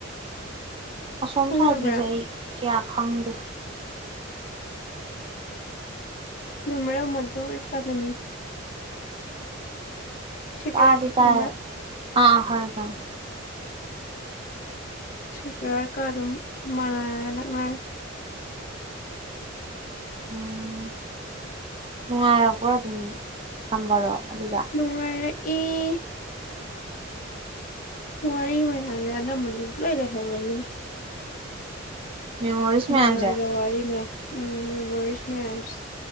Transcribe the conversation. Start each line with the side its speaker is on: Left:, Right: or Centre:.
Right: ꯑꯁꯣꯝ
Left: ꯈꯪꯗꯕ꯭ꯔꯥ
Right: ꯁꯥꯏꯠꯀꯤꯖꯥꯏ ꯀꯌꯥ ꯈꯪꯗꯦ
Left: ꯃꯤ ꯃꯔ ꯃꯗꯨ ꯑꯦꯀꯥꯗꯃꯤ ꯁꯤꯀ
Right: ꯇꯥꯗꯤ
Left: ꯔꯥꯇ ꯐꯪ
Right: ꯇꯥꯏ ꯑꯥ ꯍꯣꯏ ꯀ
Left: ꯁꯦꯀꯔꯀ ꯑꯗꯨꯝ ꯃꯥꯟꯅꯔꯦ ꯅꯛꯅꯔꯦ
Right: ꯎꯝ ꯅꯨꯡꯉꯥꯏꯔ ꯄꯨꯔꯥ ꯑꯗꯨꯝ ꯇꯝꯕꯗꯣ ꯑꯗꯨꯗ
Left: ꯅꯅꯨꯡꯉꯥꯏꯔꯦ ꯑꯦ ꯋꯥꯔꯤ ꯃꯌꯥꯝꯁꯦ ꯑꯅꯝꯕꯅꯁꯨ ꯂꯣꯏ ꯂꯩꯍꯧꯔꯃꯤꯅꯦ
Right: ꯃꯦꯃꯣꯔꯤꯁ
Left: ꯅꯨꯡꯉꯥꯏꯔ
Right: ꯃꯌꯥꯝꯁꯦ
Left: ꯋꯥꯔꯤ ꯃ ꯎꯝ ꯅ ꯋꯥꯔꯤꯔꯤꯁ ꯃꯌꯥꯝꯝꯁ